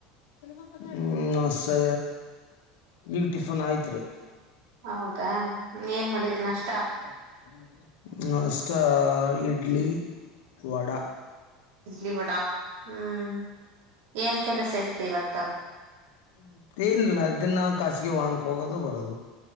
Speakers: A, on the left; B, on the right.
A: ತ ಮಕ್ಕ <inaudible> ಹ್ಞ ಸ ಈಗ ಟಿಫನ್ ಆಯ್ತ್ ರೀ
B: ಹೌದಾ ಏನ್ ಮಾಡಿದ್ರಿ ನಾಷ್ಟ
A: <inaudible> ನಮಸ್ ಇಡ್ಲಿ ವಡ
B: ಇಡ್ಲಿ ವಾಡಾ ಹ್ಮ್ ಏನ್ ಕೆಲಸ ಇತ್ತು ಇವತ್ತು
A: ಹ್ಮ್ ಎನಿಲ್ಲ ದಿನ ಖಾಸಗಿ ವಾಹನಕ್ಕೆ ಹೋಗೋದು ಬರೋದು